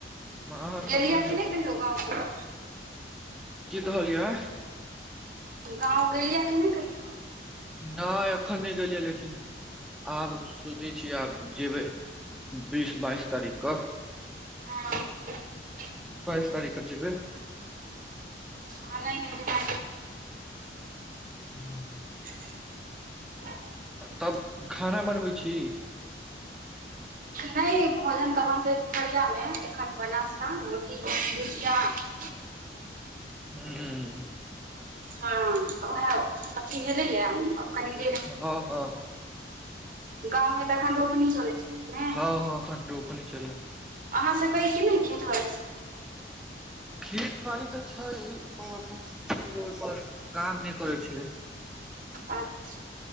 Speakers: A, in the centre; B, on the right.
A: हँ अहाँ
B: गेलियै
A: सब कहियौ
B: कि नहि कहियो गाँव पर?
A: की कहलियै
B: गाव गेललियै कि नहि कहियो
A: नहि एखन नहि गेलियै लेकिन आब सोचै छीय आब जेबै। बीस बाइस तारीखके
B: हँ
A: बे तारीख जेबै।
B: ऑनलाइन मे
A: ह
B: <inaudible>
A: तब खाना बनबै छी
B: नहि भोजन तऽ बनते दुपरिया मे एखन ब नस्ता रोटी <unintelligible>
A: ह <inaudible>
B: हँ तऽ उएह अथी हैय कनि देै
A: हँ हँ
B: गाँमे तऽ एखन रोपनी चलै छै
A: हँ हँ अखन रोपनी चलै
B: अहाँ सभ कहै की ने खेतर
A: खेत बाड़ी तऽ छैख ओहि पर काम नहि करै छै
B: अच्छ